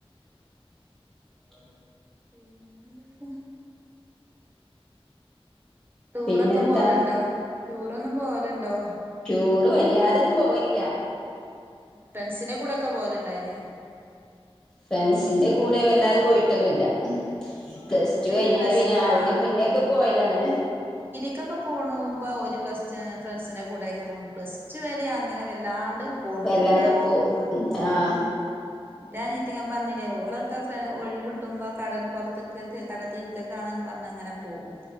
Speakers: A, on the left; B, on the right.
A: ആ
B: പിന്നെ എന്തൊക്കെ ടൂറൊക്കെ
A: പിന്നെന്താ
B: പോലുണ്ടോ ടൂരെന്നും പോവലുണ്ടോ
A: ടൂറും വല്ലാതൊന്നുംപോവല്ലെയില്ല
B: ഫ്രണ്ട്സിന്റെ കൂടെ ഒക്കെ പോലുണ്ടായിഞ്ഞ
A: ഫ്രൻസിന്റെ കൂടെ വല്ലാതെ പോയിട്ടൊന്നുമില്ല പ്ലസ് ടു
B: ഈ
A: കഴിഞ്ഞാറ്
B: പ്ലസ്
A: പിന്നെ അയിന്റെ
B: ആഹ്
A: മുന്നേ ഒക്കെ പോയതാണ്
B: എക്കൊക്കെ പോകുമ്പോൾ ഒരു പ്ലസ് ഫ്രണ്ട്സിൻറെ കൂടെയൊക്കെ പോകണം പ്ലസ് ടു വരെ അങ്ങനെ വല്ലാണ്ട് പോണരുണ്ട്
A: വല്ലാതെ പോ
B: ആഹ് പോകൂല
A: ആഹ്
B: എന്താ അനിയത്തി ഞാൻ പറഞ്ഞില്ലേ ഓളൊക്കെ ഫ ഒഴി വിട്ടുമ്പോ കടൽപ്പുറത്തൊക്ക <unintelligible> കടൽ തീരത്തേ കാണന്ന് പറഞ്ഞഞ് അങ്ങനെ പോകും